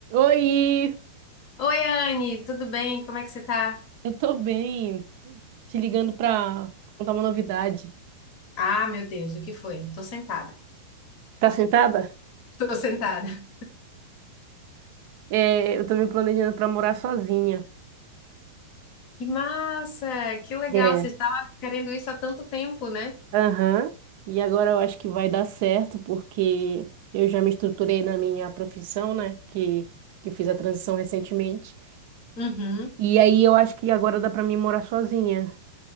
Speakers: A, on the right (about 55°); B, on the left (about 50°).
A: Oi,
B: Oi, Anne, tudo bem? Como é que você tá?
A: eu tô bem. Te ligando pra contar uma novidade.
B: Ah, meu Deus, o que foi? Tô sentada.
A: Tá sentada?
B: Tô sentada.
A: É, eu tô me planejando pra morar sozinha.
B: Que massa! Que legal!
A: É,
B: Você estava querendo isso há tanto tempo, né?
A: aham. E agora eu acho que vai dar certo, porque eu já me estruturei na minha profissão, né? Que, que eu fiz a transição recentemente.
B: Uhum.
A: E aí eu acho que agora dá pra mim morar sozinha.